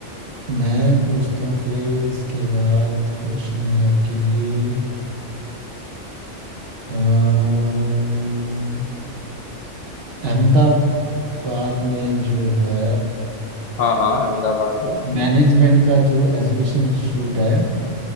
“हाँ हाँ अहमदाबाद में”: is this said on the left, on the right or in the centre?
Left